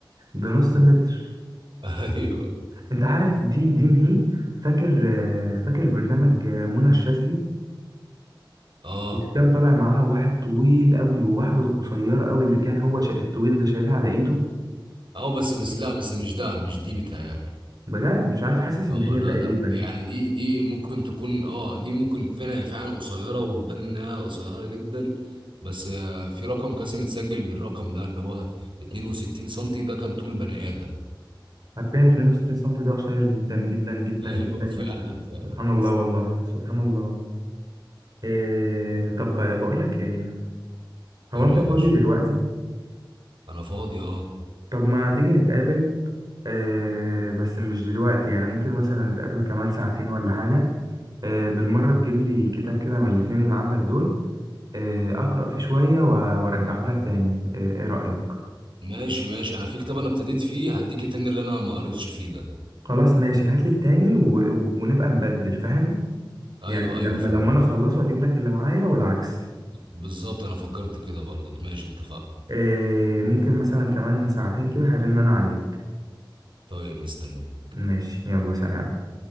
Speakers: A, on the right; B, on the right.
A: ده نص متر
B: ايوه
A: انت عارف دي دي نهي فاكر آه، فاكر برنامج آه، منى الشاذلي
B: اه
A: مش كان طالع معاها واحد طويل قوي وواحده قصيره قوي اللي كان هو شا... الطويل ده شايلها على ايده
B: اه بس مش لا بس مش ده مش دي بتهيألي
A: بجد مش عارف حاسس
B: اه
A: ان هي
B: لا
A: تقريبا
B: لا يعني دي دي ممكن تكون اه دي ممكن فعلا فعلا قصيره وتبان انها قصيره جدا بس آه، في رقم قاسم اتسجل بالرقم ده اللي هو 62 سنتي ده كان طول بني ادم
A: حرفيا 62 سم ده قصير جدا جدا جدا
B: <laughs> ايوه
A: جدا جدا
B: فعلا فعلا
A: سبحان
B: بس
A: الله والله سبحان الله إيه طب بقول لك ايه هو
B: قول
A: انت
B: لي يا
A: فاضي
B: باشا
A: دلوقتي
B: انا فاضي اه
A: طب ما تيجي نتقابل إيه بس مش دلوقتي يعني ممكن مثلا نتقابل كمان ساعتين ولا حاجة إيه بالمرة تجيب لي كتاب كده من الاتنين اللي عندك دول إيه اقرأ فيه شوية و- وارجعه لك تاني ايه إيه رأيك
B: ماشي ماشي انا في كتاب انا ابتديت فيه هديك التاني اللي انا ما قريتش فيه ده
A: خلاص ماشي هات لي التاني و... و- ونبقى نبدل فاهم
B: ايوه
A: يعني لما
B: ايوه فهمت
A: لما انا اخلصه اجيب لك اللي معايا والعكس
B: بالظبط انا فكرت كده برضو ماشي اتفقنا
A: إيه ممكن مثلا كمان ساعتين كده هرن انا عليك
B: طيب مستنيك
A: ماشي يلا سلام